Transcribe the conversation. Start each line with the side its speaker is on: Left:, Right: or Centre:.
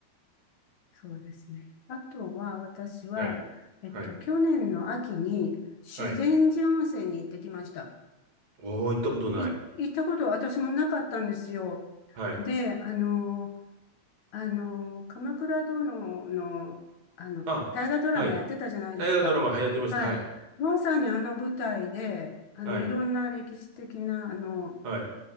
Left: そうですね。あとは、私は、
Right: はい、
Left: えっと、
Right: はい、
Left: 去年の秋に修善寺温泉に行ってきました。
Right: はい。おー、行ったことない。
Left: い、行ったこと私もなかったんですよ。
Right: はい。
Left: で、あの、あの、鎌倉殿の、あの、
Right: あ、
Left: 大河ドラマやってたじゃないですか。
Right: はい。大河ドラマ流行ってました。
Left: はい。
Right: はい、
Left: まさにあの舞台で、あの、
Right: はい、
Left: いろんな歴史的な、あの、
Right: はい、